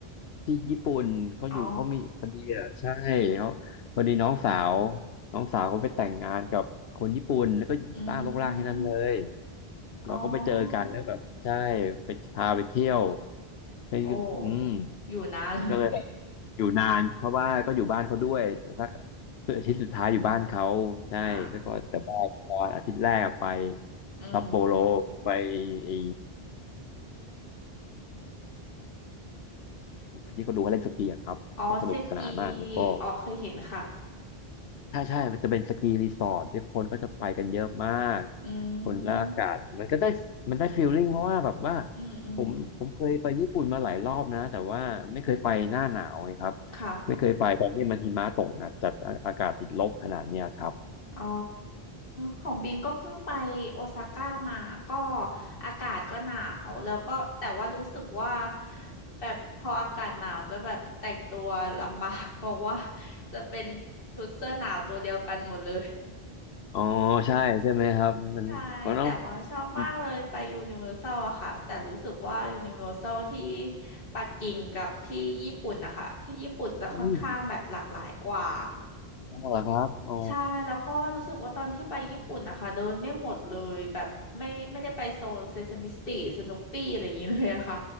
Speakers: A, on the left; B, on the left.
A: ที่ญี่ปุ่นเขาอยู่เขามีพอดีอ่ะใช่เขาพอดีน้องสาว
B: อ๋อ
A: น้องสาวก็ไปแต่งงานกับคนญี่ปุ่นแล้วก็ล่างลกล่างที่นั่นเลย
B: อืม
A: เราก็ไปเจอกันแล้วแบบใช่
B: อ๋อ
A: ไปพาไปเที่ยวใช่อืม
B: โอ้อยู่นานเลย
A: ก็เลยอยู่นานเพราะว่าก็อยู่บ้านเขาด้วยสักอาทิตย์สุดท้ายอยู่บ้านเขาใช่แล้วก็แต่ว่าตอนอาทิตย์แรกอะไป
B: <laughs> อ่าอืม
A: ซัปโปโรไปไอ้ที่เขาดูเขาเล่นสกีอะครับก็สนุกสนานมากแล้วก็
B: อ๋อเซกีอ๋อเคยเห็นค่ะ
A: ใช่ใช่มันจะเป็นสกีรีสอร์ทที่คนก็จะไปกันเยอะมาก
B: อื
A: คนและอากาศมันก็ได้มันได้ฟีลลิ่งเพราะว่าแบบว่า
B: มอืมอืม
A: ผมผมเคยไปญี่ปุ่นมาหลายรอบนะ แต่ว่าไม่เคยไปหน้าหนาวไงครับ
B: ค่ะ
A: ไม่เคยไปตอนที่มันหิมะตกนะแต่อาอากาศติดลบขนาดเนี้ยครับ
B: อ๋อของบินก็เพิ่งไปโอซาก้ามาก็อากาศก็หนาวแล้วก็แต่ว่ารู้สึกว่าแบบพออากาศหนาวจะแบบแต่งตัวลำบาก <laughs> เพราะว่าจะเป็นชุดเสื้อหนาวตัวเดียวกันหมดเลย
A: อ๋อ ใช่ใช่ไหมครับ มันมันต้อง
B: ใช่แต่ว่าชอบมากเลยไปยูนิเวอร์แซลอะค่ะแต่รู้สึกว่ายูนิเวอร์แซลที่
A: อื
B: ปักกิ่งกับที่ญี่ปุ่นนะคะที่ญี่ปุ่นจะค่อนข้างแบบหลากหลายกว่า
A: อืมต้องเหรอครับอ๋อ
B: ใช่แล้วก็รู้สึกว่าตอนที่ไปญี่ปุ่นนะคะเดินไม่หมดเลยแบบไม่ไม่ได้ไปโซนเซซามิสตรีสนุปปี้อะไรอย่างนี้เลยอะค่ะ